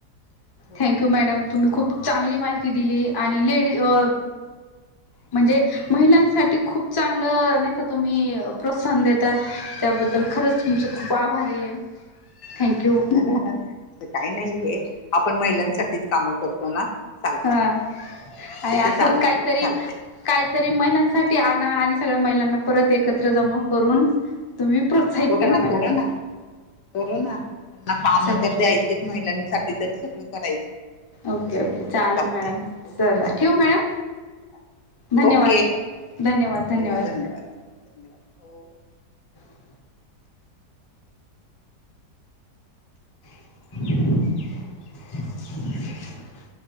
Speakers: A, on the left (about 60°); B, on the left (about 25°).
A: हो
B: थँंक यू मॅडम. तुम्ही खूप चांगली माहिती दिली आणि लेडी अ म्हणजे महिलांसाठी खूप चांगलं नाही का तुम्ही प्रोत्साहन देता त्याबद्दल तर खरंच तुमचं खूप आभारी आहे. थँक्यू
A: काही नाहीये आपण महिलांसाठीच कामं करतो ना. चालतंय
B: हा, आणि
A: ते
B: असच
A: तर चालणार
B: काहीतरी,
A: चालतंय
B: काहीतरी आणि महिलांसाठी आणा आणि सगळ्या महिलांना परत एकत्र जमा करून. तुम्ही प्रोत्साहित
A: कोरोना
B: करा महिलांना
A: कोरोना, कररोना, <unintelligible>
B: चालेल
A: महिलांसाठी तरी सगळं करायचं.
B: ओके
A: हो
B: ओके चालेल
A: चालतंय
B: मॅडम
A: ओके
B: चला
A: हो
B: ठेवू
A: हो
B: मॅम.
A: चालतंय
B: धन्यवाद
A: ओके
B: धन्यवाद धन्यवाद.
A: हो धन्यवाद हो हो
B: <inaudible> <inaudible>